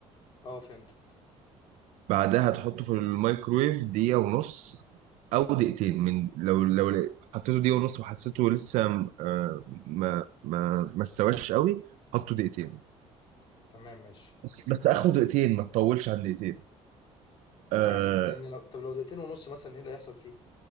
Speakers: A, on the left; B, on the right.
A: اه فهمتك
B: بعدها تحطه في الميكرويف دقيقة ونص أو دقيقتين من لو لو ل- حطيته دقيقة ونص وحسيته لسه م- آه، ما ما ما استواش قوي حطه دقيقتين
A: تمام ماشي
B: بس بس آخره دقيقتين ما تطولش عن دقيقتين آه
A: يعني لان لو طب لو دقيقتين ونص مثلا ايه اللي هيحصل فيه